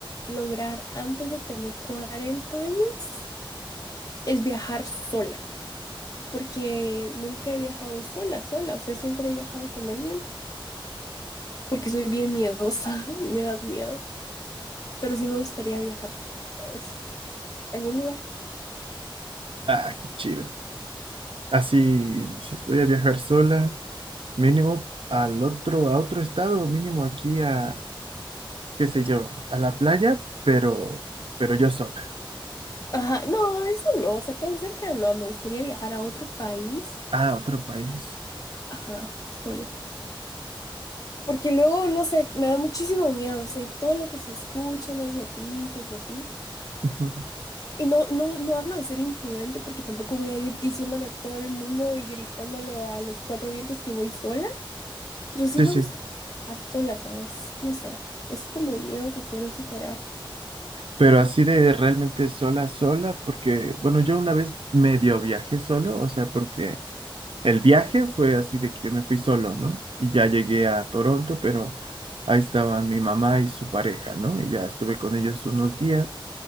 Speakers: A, on the left (about 40°); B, on the right (about 80°).
A: lograr antes de tener 40 años es viajar sola, porque nunca he viajado sola, sola, o sea, siempre he viajado con alguien, porque soy bien miedosa <laughs> y me da miedo, pero sí me gustaría viajar sola, ¿sabes? ¿Algún lugar?
B: Ah, qué chido. Así, dices, voy a viajar sola, mínimo al otro, a otro estado, mínimo aquí a, qué sé yo, a la playa, pero, pero yo sola.
A: Ajá, no, eso no, o sea, tan cerca no, me gustaría viajar a otro país,
B: Ah, otro país.
A: ajá, sola. Porque luego, no sé, me da muchísimo miedo, o sea, y todo lo que se escucha en las noticias y así.
B: Ujú.
A: Y no, no, no hablo de ser imprudente porque tampoco voy a ir diciéndole a todo el mundo y gritándolo a los cuatro vientos que voy sola, pero sí
B: Sí,
A: me
B: sí.
A: gusta estar sola, ¿sabes? No sé, es como un miedo que quiero superar.
B: Pero así de realmente sola, sola, porque, bueno, yo una vez medio viajé solo, o sea, porque el viaje fue así de que yo me fui solo, ¿no? Y ya llegué a Toronto, pero ahí estaban mi mamá y su pareja, ¿no? Y ya estuve con ellos unos días.